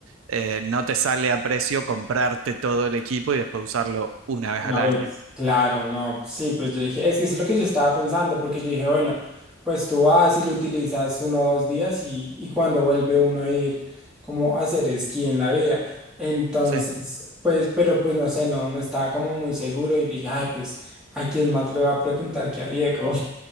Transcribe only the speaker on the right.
eh, no te sale a precio comprarte todo el equipo y después usarlo una vez
al año.
Sí.